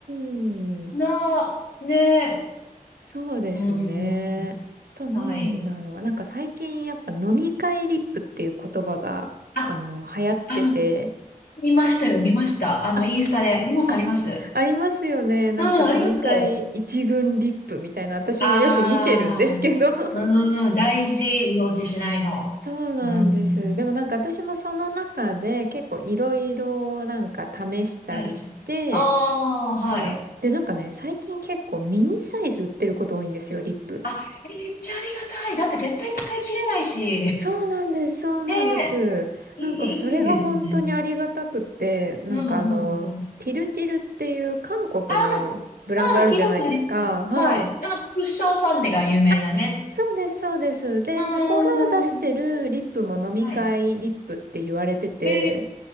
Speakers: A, on the right; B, on the left.
A: うーん
B: な、で、
A: そうですね。
B: うん、
A: と、なんだろう。
B: はい。
A: なんか最近やっぱ飲み会リップっていう言葉が、
B: あ、
A: あの、流行ってて。
B: あの、見ましたよ、見ました。あの、
A: あ、
B: インスタで。あります、
A: あ、
B: あります。
A: ありますよね。なんか飲み会一軍リップみたいな、
B: うん、あります。
A: 私もよく見てるんですけど。
B: あ
A: <laughs>
B: あ、うん、大事、色落ちしないの。
A: そうなんです。
B: うん。
A: でもなんか私もその中で結構いろいろなんか試したりして、
B: はい。ああ、はい。
A: はい。で、なんかね、最近結構ミニサイズ売ってること多いんですよ、リップ。
B: あ、えめっちゃありがたい。だって絶対使い切れないし。
A: そうなんです、そうなんです。
B: ねえ、
A: なんかそれが本当にありがたくって、
B: いい、いいですね。
A: なんかあの、
B: うん、うん、うん。
A: ティルティルっていう韓国のブランドあるじゃないですか。
B: ああ、うん、聞いたことありますよ。
A: はい。
B: はい。あの、クッションファンデが有名なね。
A: あ、そうです、そうです。で、
B: うん、
A: そこが出してるリップも飲み会リップって言われてて、
B: うん。はい。へ